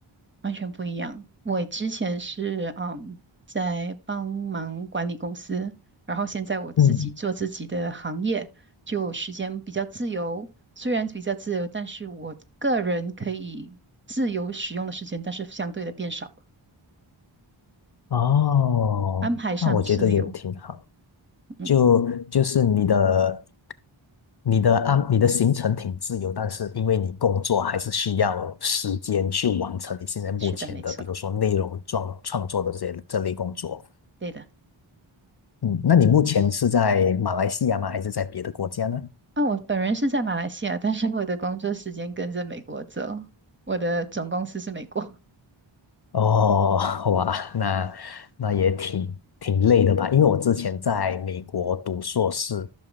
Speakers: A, on the right; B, on the left.
A: 完全不一样。我之前是嗯在帮忙管理公司，然后现在我自己做自己的行业，
B: 嗯，
A: 就时间比较自由。虽然比较自由，但是我个人可以自由使用的时间，但是相对的变少了，
B: 哦，
A: 安排上自由。
B: 那我觉得也挺好。
A: 嗯，
B: 就就是你的你的安你的行程挺自由，但是因为你工作还是需要时间去完成你现在目前的，
A: 是的，没错，
B: 比如说内容创创作的这些这类工作。
A: 对的。
B: 嗯，那你目前是在马来西亚吗？还是在别的国家呢？
A: 啊，我本人是在马来西亚，但是我的工作时间跟着美国走，我的总公司是美国。<laughs>
B: 哦，<laughs> 哇，那那也挺挺累的吧？因为我之前在美国读硕士，